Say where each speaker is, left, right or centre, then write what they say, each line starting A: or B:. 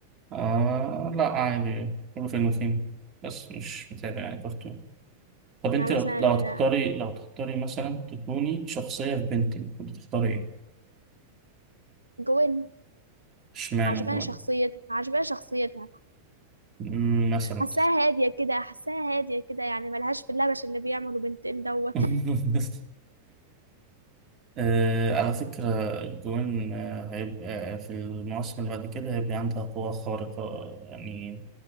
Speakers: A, on the right; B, on the right.
A: آه لا عادي كله فين وفين بس مش متابع يعني كرتون طب
B: يعني
A: انت لو
B: مثلا
A: لو هتختاري
B: آه،
A: لو تختاري مثلا تكوني شخصية في بنتين كنت تختاري ايه؟
B: جوين
A: اشمعنى
B: عجباني
A: جوان؟
B: شخصيتها عجباني شخصيتها
A: مم، مثلا
B: حاساها هاديه كده حاساها هاديه كده يعني ملهاش في اللبش اللي بيعمله بنتين دوت
A: <laughs> آه على فكرة جوان آه، هيبقى في المواسم اللي بعد كده هيبقى عندها قوة خارقة يعني